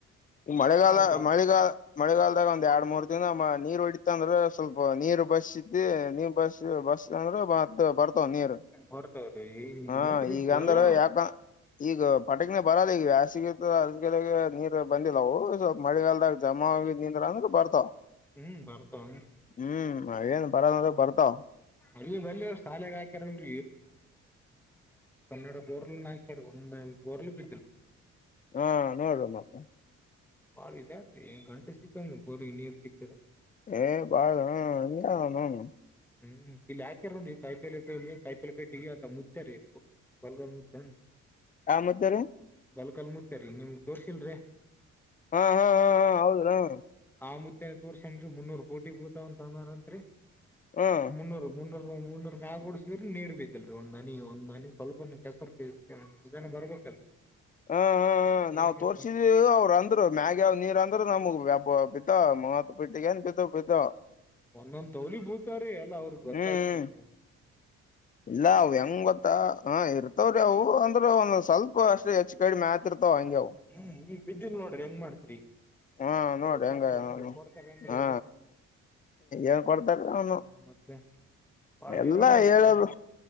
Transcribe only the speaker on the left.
ಮಳೆಗಾಲ
ಮಳೆಗಾಲ ಮಳೆಗಾಲದಾಗ ಒಂದ್ ಎರಡ್ ಮೂರ್ ದಿನ ನೀರ್ ಹೊಡತಂದ್ರ <unintelligible> ಸ್ವಲ್ಪ ನೀರ್ ಬಸ್ ಇತಿ ನೀ ಬಸ್ ಬಸ್ ಅಂದ್ರ ಬರ್ <unintelligible> ನೀರು
ಹಾ
ಈಗ
ಅಂದ್ರ ಯಾಕ <unintelligible> ಈಗ ಪಟಕನ ಬರಲ್ಲ ಈಗ ಯಾಸಗ ಅದ ಕೆಗೆ ನೀರ್ <unintelligible> ಬಂದಿಲ್ಲವು ಸ್ವಲ್ ಮಳಿಗಾಲದಾಗ ಜಮಾ ಆಿದ್ ನಿಂದ್ರ ಅಂದ್ರ ಬರ್ತಾವ
<unintelligible> ಹ್ಮ್ ಅವೇನ್ ಬರದ ಅದ ಬರ್ತಾವ <unintelligible>
ಹಾ ನೋಡುವ ಮತ್ತೆ
ಏ ಬಾಳ್ ಯ ನನು <unintelligible>
ಆ ಮತ್ತಾರೆ <unintelligible>
ಹಾ ಹಾ ಹಾ ಹಾ ಹೌದಾ <unintelligible>
ಹ್ಮ <unintelligible>
ಹ್ಮ್ ಹ್ಮ ಹ
ನಾವ್ ತೋರ್ಸಿದ ಅವ್ರ <unintelligible> ಅಂದ್ರರು ಮ್ಯಾಗಾವ್ ನೀರ್ ಅಂದ್ರ ನಮ್ಗ್ಬ್ ಬಿದ್ದ ಮತ್ ಪಿಟ್ಟಿಗೆ ಏನ್ ಬಿದ್ದ ಬಿದ್ದಾವ <unintelligible>
ಹ್ಮ್
ಇಲ್ಲ ಅವ ಹೆಂಗ್ ಗೊತ್ತ ಹ ಇರುತ್ತ <unintelligible> ವ್ರ ಅವು ಅಂದ್ರೆ ಒಂದ್ ಸ್ವಲ್ಪ ಅಷ್ಟ್ ಹೆಚ್ಚು ಕಡಿ ಮ್ಯಾತಿ ಇರ್ತಾವ ಹಂಗೆಯಾವು
ಹಾ
ನೋಡಿ ಹೆಂಗ
ಹಾ
ಏನ್ ಕೊಡ್ತಾರ ಅವನು
ಎಲ್ಲಾ
ಹೇಳದು